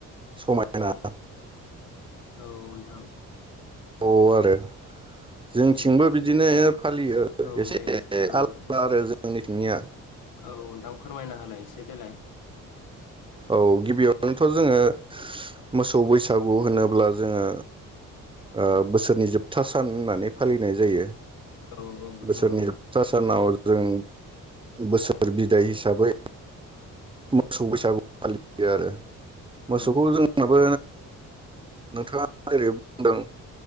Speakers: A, on the right; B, on the left.
A: समायना <inaudible>
B: औ नोंथां
A: औ आरो जोंथिंबो
B: औ
A: बिदिनो फालियो
B: औ
A: एसे
B: दे औ
A: आलादा
B: नोंथां
A: आरो जोंनिथिंनिया
B: औ नोंथां फोरमायना होलाय एसे देलाय
A: औ गिबियावनोथ' जोङो मोसौ बैसागु होनोब्ला जोङो ओ बोसोरनि जोबथा सान होननानै फालिनाय जायो
B: औ औ नोंथां
A: बोसोरनि
B: औ
A: जोबथा सानाव जों बोसोर बिदाइ हिसाबै मोसौ बैसागु फालियो आरो मोसौखौ
B: औ
A: जोंनाबो नों <inaudible> जेरै बुंदों